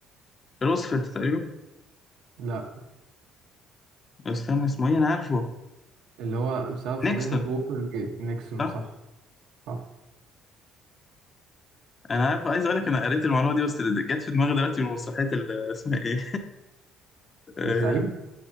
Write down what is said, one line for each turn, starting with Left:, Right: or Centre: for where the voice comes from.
Left: روزفلت تقريبا
Right: لا
Left: استنى اسمه ايه انا عارفه
Right: اللي هو بسبب فضيحة
Left: نيكسون
Right: ووتر جيت نيكسون
Left: صح
Right: صح صح
Left: انا عارف عايز اقول لك انا قريت المعلومه دي بس اللي جت في دماغي دلوقتي من مسرحيه ال- اسمها ايه <laughs> آه،
Right: الزعيم